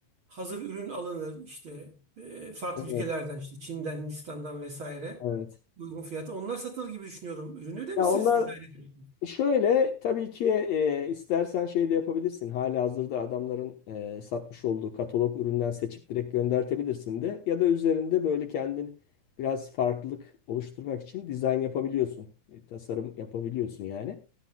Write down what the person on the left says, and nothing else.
Evet,
evet.
Ya
onlar
E, Şöyle tabii ki e, istersen şey de yapabilirsin. Halihazırda adamların e, satmış olduğu katalog üründen seçip direkt göndertebilirsin de. Ya da üzerinde böyle kendin biraz farklılık oluşturmak için dizayn yapabiliyorsun. E, tasarım yapabiliyorsun yani.